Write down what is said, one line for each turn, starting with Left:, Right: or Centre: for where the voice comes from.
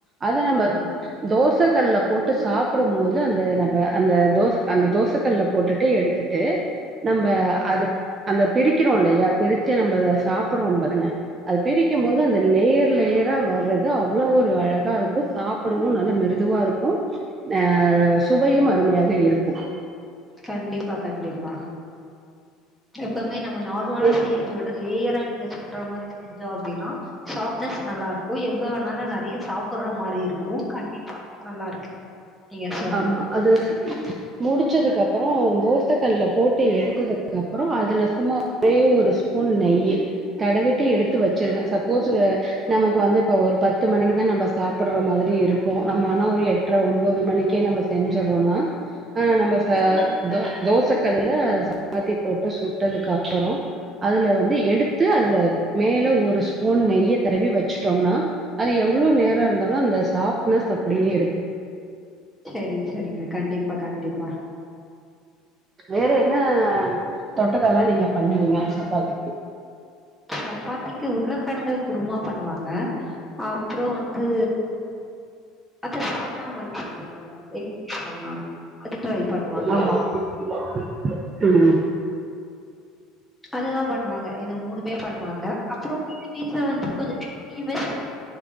Right: அத நம்ம
Centre: ஆமா
Right: தோச கல்ல போட்டு சாப் டும்போது அந்த நம்ம அந்த தோச அந் தோசக்கல்ல போட்டுட்டு எடுத்துட்டு நம்ப அது அந்த பிரிக்கிறோ இல்லையா பிரிச்சு நம்ப அத சாப்பறோ பாருங்க அது பிரிக்குமிபோது அந்த லேயர் லேயரா வர்றது அவ்ளோ ஒரு அழகா இருக்கு சாப் டவு நல்ல மிருதுவா இருக்கு அ சுவையு அருமையாக இருக்கு
Centre: கண்டிப்பா கண்டிப்பா எப்பவ்மே நம்ம நார்மலா
Right: வே
Centre: செய்ரத விட லேயரா நீங்க சொல்ற மாதிரி செஞ்சோ அப்டின்னா சாப்ட்னஸ் நல்லாருக்கு எவ்வளவ் வேணாலு நெறைய சாப்பர்ற மாதிரி இருக்கு நல்லாருக்கு நீங்க சொன்னது.
Right: ஆம்மா அது முடிச்சதுக் அப்றோ தோச கல்ல போட்டு எடுத்ததுக்கு அப்றோ அதுல சும்மா ஒரே ஒரு ஸ்பூன் நெய்யி தடவிட்டு எடுத்து வெச்சிருங்க சப்போஸ் நமக்கு வந்து இப்ப ஒரு பத்து மணிக்குதா நம்ம சாப்ர்ற மாதிரி இருக்கு நம்ம ஆனா ஒரு எட்டரை ஒம்போது மணிக் கே நம்ம செஞ்சர்றோனா ஆ நம்ப ச தோசக்கல்லுல சப்பாத்தி போட்டு சுட்டதுக் அப்பறோ அதுல வந்து எடுத்து அதுல மேல ஒரு ஸ்பூன் நெய்ய தடவி வெச்சுட்டோம்னா அது எவ்ளோ நேரோ இருந்தாலு அந்த சாஃப்ட்னஸ் அப்டியே இருக்கு
Centre: செரி செரிங்க கண்டிப்பா கண்டிப்பா
Right: வேற என்ன தொட்டக்கல்லா நீங்க பண்ணுவீங்க சப்பாத்திக்கு
Centre: சப்பாத்திக்கு உருளைக் கெழங்கு குருமா பண்ணுவாங்க அப்புறோ வந்து அப்ப சா ல்னா மாரி சொல்லுவோம்ல எம்டி சால்னா அது ட்ரை பண்ணுவாங்க
Right: ஆமா ம்
Centre: அதுதா பண்ணுவாங்க இந்த மூணுமே பண்ணுவாங்க அப்புறோ வீட்டுல வந்து கொஞ்ச தீம செய்